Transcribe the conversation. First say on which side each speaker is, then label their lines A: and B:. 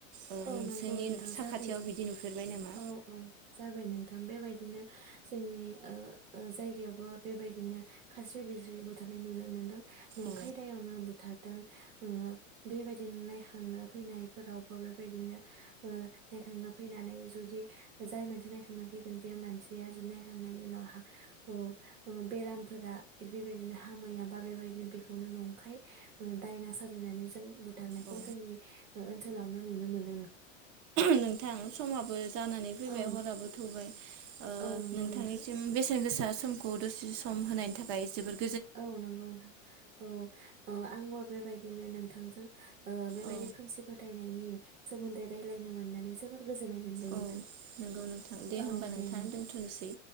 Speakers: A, on the right (about 35°); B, on the right (about 85°).
A: ओ
B: औ
A: नोंसोरनि
B: नोंगौ नोंथां
A: साखाथियाव
B: जाफेर
A: बिदि नुफेरबाय नामा?
B: औ औ जाबाय नोंथां बेबायदि बिदिनो जोंनि ओ जायगायावबो बेबायदिनो खास्रि बिस्रि बुथारनाय नुनो मोनदों। नंखाय
A: औ
B: दायावनो बु बुथारदों ओ बेबायदिनो नायहांनो फैनायफोरावबो बे बेबायदिनो ओ नायखां फैनानै जुदि जाय मानसिया नायखां फैगोन बे मानसिया जुदि नायखांनायनि उनाव अ बेरामफोरा बेबायदिनो हामैया बा बेबायदिनो बेखौनो नंखाय दायना साजायनानै जों बुथारनायखौ
A: औ
B: जोंनि ओनसोलावनो नुनो मोन
A: नोंथां। समाबो जानानै फैबाय
B: औ
A: हराबो थौबाय ओ
B: औ नंगौ
A: नोंथांनिसिम
B: नोंथां
A: बेसेन गोसा जोंखौ दसे सम होनायनि थाखाय जोबोद
B: औ नोंगौ औ औ आंबो बेबायदिनो नोंथांजों ओ बेबायदि
A: औ
B: ओ खोमसि फोथायनायनि सोमोन्दै रायज्लायनो मोननानै जोबोर गोजोननाय मोनबाय
A: औ
B: नोंथां
A: नंगौ नोंथां
B: औ
A: होमबा
B: दे नोंथां।
A: दोनथ'नोसै।